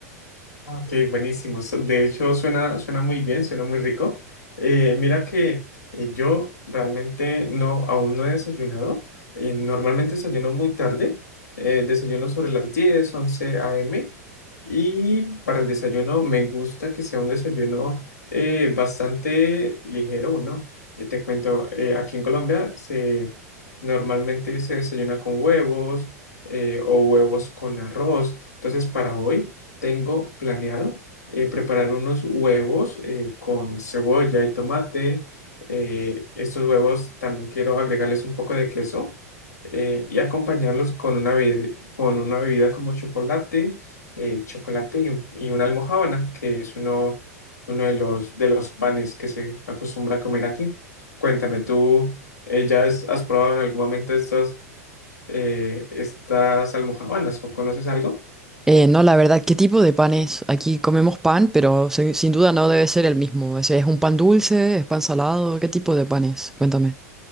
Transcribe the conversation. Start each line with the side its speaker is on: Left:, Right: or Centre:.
Left: Ah, Ok, buenísimo. So- De hecho, suena, suena muy bien, suena muy rico. Eh, mira que eh, yo realmente no, aún no he desayunado. Eh, normalmente desayuno muy tarde. eh, desayuno sobre las 10, 11 a.m. Y para el desayuno me gusta que sea un desayuno eh, bastante ligero. Bueno, eh, te cuento, eh, aquí en Colombia se, normalmente se desayuna con huevos eh, o huevos con arroz. Entonces, para hoy... Tengo planeado eh, preparar unos huevos eh, con cebolla y tomate. Eh, estos huevos también quiero agregarles un poco de queso eh, y acompañarlos con una, bebi- con una bebida como chocolate, eh, chocolate y, un- y una almojábana, que es uno, uno de los, de los panes que se acostumbra a comer aquí. Cuéntame, ¿tú eh, ya has, has probado en algún momento estos, eh, estas almojábanas o conoces algo?
Centre: Eh, no, la verdad, ¿qué tipo de pan es? Aquí comemos pan, pero se- sin duda no debe ser el mismo. Ese ¿Es un pan dulce? ¿Es pan salado? ¿Qué tipo de pan es? Cuéntame.